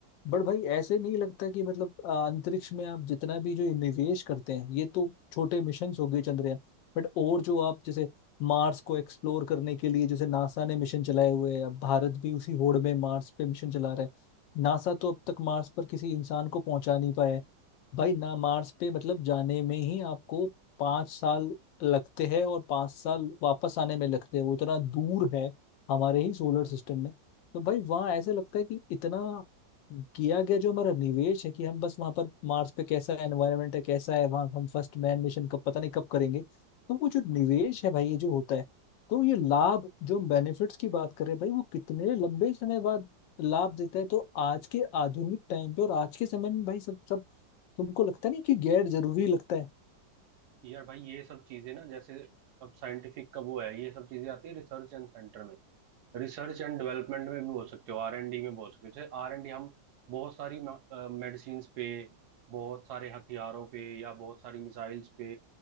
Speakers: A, on the left; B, on the right.
A: बट भाई ऐसे नहीं लगता कि मतलब अ, अंतरिक्ष में आप जितना भी जो निवेश करते हैं ये तो छोटे मिशन हो गए चंद्रयान बट और जो आप जैसे मार्स को एक्सप्लोर करने के लिए जैसे नासा ने मिशन चलाए हुए हैं अब भारत भी उसी होड़ में मार्स पे मिशन चला रहा है नासा तो अब तक मार्स पर किसी इंसान को पहुंचा नहीं पाया है भाई ना मार्स पे मतलब जाने में ही आपको पाँच साल लगते हैं और पाँच साल वापस आने में लगते हैं वो इतना दूर है हमारे ही सोलर सिस्टम में तो भाई वहाँ ऐसा लगता है कि इतना किया गया जो हमारा निवेश है कि हम बस वहां पर मार्स पे कैसा एनवायरनमेंट है कैसा है वहां हम फर्स्ट मैन मिशन कब पता नहीं कब करेंगे तो वो जो निवेश है भाई ये जो होता है तो ये लाभ जो हम बेनिफिट्स की बात कर रहे हैं भाई वो कितने लंबे समय बाद लाभ देता है तो आज के आधुनिक टाइम पे और आज के समय में भाई सब सब तुमको लगता नहीं कि गैर जरूरी लगता है
B: यार भाई ये सब चीजें ना जैसे अब साइंटिफिक का वो है ये सब चीजें आती है रिसर्च एंड सेंटर में रिसर्च एंड डेवलपमेंट में भी बोल सकते हो आर एंड डी में बोल सकते हो जैसे आर एंड डी हम बहुत सारी मेडिसिन्स पे बहुत सारे हथियारों पे या बहुत सारी मिसाइल्स पे